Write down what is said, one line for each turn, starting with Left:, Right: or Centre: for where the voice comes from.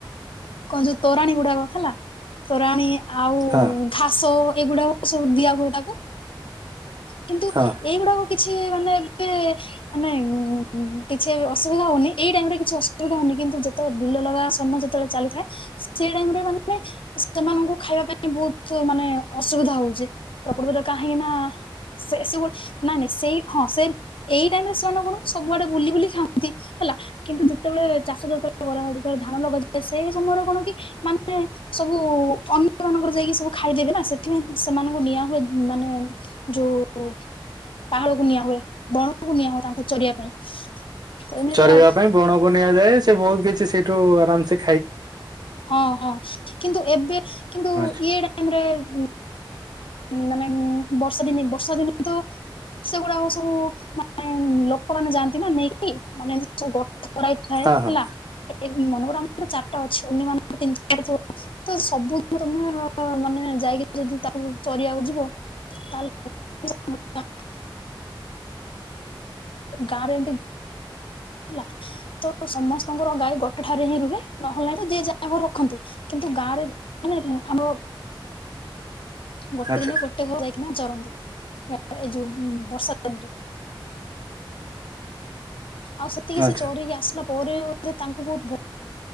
Left: କଣ ଯୋଉ ତୋରାଣୀ ଗୁଡାକ ହେଲା, ତୋରାଣୀ ଆଉ
Right: ହଁ
Left: ଘାସ ଏଗୁଡାକ ସବୁ ଦିଆ ହୁଏ ତାକୁ, କିନ୍ତୁ
Right: ହଁ
Left: ଏଇଗୁଡାକ କିଛି ମାନେ ଏବେ ମାନେ ଉଁ-ଉଁ-ଉଁ ଉଁ କିଛି ଏବେ ଅସୁବିଧା ହଉନି ଏଇ ଟାଇମ୍ ରେ କିଛି ଅସୁବିଧା ହଉନି, କିନ୍ତୁ ଯେତେବେଳେ ବିଲ ଲଗା ସମୟ ଯେତବଳେ ଚାଲୋଥାଏ, ସେଇ ଟାଇମ୍ ରେ ମାନେ ସେମାନଙ୍କୁ ଖାଇବା ପାଇଁ ବହୁତ୍ ମାନେ ଅସୁବିଧା ହଉଚି, ପ୍ରକୃତରେ କାହିଁକି ନା ସେ-ସେ ଗୁ ନାଇଁ-ନାଇଁ ସେଇ ହଁ ସେ ଏଇ ଟାଇମ୍ ରେ ସେମାନେ କଣ ସବୁଆଡେ ବୁଲି-ବୁଲି <unintelligible> ହେଲା। କିନ୍ତୁ ଯେତେବେଳେ ଚାଷ ଯତବେଳେ କରା ହଉଚି, ଯେତେବେଳେ ଧାନ <unintelligible> ସେ ସମୟରେ କଣ କି ମାନେ ସବୁ ଅନ୍ୟ ମାନଙ୍କର ଯାଇକି ସବୁ ଖାଇଦେବେ ନା, ସେଥିପାଇଁ ସେମାନଙ୍କୁ ନିଆ ହୁଏ ମାନେ ଯୋଉ ପାହଡ କୁ ନିଆ ହୁଏ, ବଣ କୁ ନିଆ ହୁଏ ତାଙ୍କୁ ଚରିଆ ପାଇଁ। ତ ଏମିତି
Right: ଚରେଇବା
Left: ଆଉ
Right: ପାଇଁ ବଣକୁ ନିଆଯାଏ, ସେ ବହୁତ୍ କିଛି ସେଇଠୁ ଆରାମସେ
Left: ହଁ-ହଁ କିନ୍ତୁ ଏବେ କିନ୍ତୁ
Right: ଆଚ୍ଛା
Left: ଇଏ ଟାଇମ୍ ରେ ଉଁ ଉଁ ମାନେ ଉଁ ବର୍ଷା ଦିନେ ବର୍ଷା ଦିନେ ତ ସେଗୁଡାକ ସବୁ ମାନେ ଲୋକମାନେ ଯାଆନ୍ତି ନା ନେଇକି, ମାନେ ସବୁ ଗୋଠ କରାହେଇ ଥାଏ
Right: ହଁ ହଁ
Left: ହେଲା। ଏ-ଏ ମନେକର ଆମର ଚାରିଟା ଅଛି, ଅନ୍ୟ ମାନଙ୍କର <unintelligible> ତ ସବୁ ତମେ ଅ ମାନେ ଯାଇକି ଯଦି ତାକୁ ଚରିଆକୁ ଯିବ, ତାହେଲେ <unintelligible> ସବୁ ତା ମାନେ <inaudible> ତ ସମସ୍ତଙ୍କର ଗାଈ ଗୋଟେ ଠାରେ ହିଁ ରୁହେ, ନହେଲେ ନାହିଁ ତ ଯିଏ ଯାହା ଘରେ ରଖନ୍ତି। କିନ୍ତୁ ଗାଁରେ ମାନେ ଉଁ ଆମ ଗୋଟେ
Right: ଆଚ୍ଛା
Left: ଦିନ ଗୋଟେ ଘର ଯାଇକିନା ଜରନ୍ତି। ଆ ଏ ଯୋଉ ଉଁ ବର୍ଷା ଦିନରେ। ଆଉ ସେତିକି
Right: ଆଚ୍ଛା
Left: ସେ ଚରିକି ଆସିଲା ପରେ ବୋଧେ ତାଙ୍କୁ ବହୁତ ଭୋ